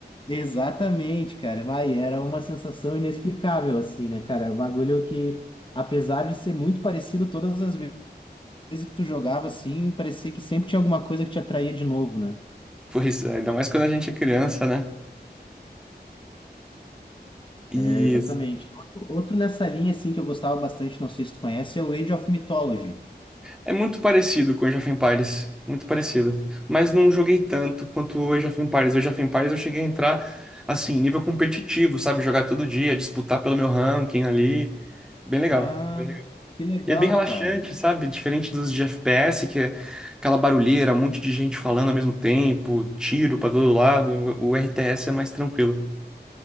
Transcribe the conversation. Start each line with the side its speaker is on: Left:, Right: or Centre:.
Left: Exatamente, cara. Vai, era uma sensação inexplicável, assim, né, cara? O bagulho que, apesar de ser muito parecido todas as ve- vezes que tu jogava, assim, parecia que sempre tinha alguma coisa que te atraía de novo, né?
Centre: Pois é, ainda mais quando a gente é criança, né? E
Left: É, exatamente. Outro outro nessa linha, assim, que eu gostava bastante, não sei se tu conhece, é o Age of Mythology.
Centre: É muito parecido com Age of Empires. Muito parecido. Mas não joguei tanto quanto o Age of Empires. O Age of Empires eu cheguei a entrar, assim, nível competitivo, sabe? Jogar todo dia, disputar pelo meu ranking ali. Bem legal.
Left: Ah,
Centre: Bem legal.
Left: que legal,
Centre: E é bem relaxante,
Left: cara.
Centre: sabe? Diferente dos de FPS, que é aquela barulheira, um monte de gente falando ao mesmo tempo, tiro pra todo lado. O RTS é mais tranquilo.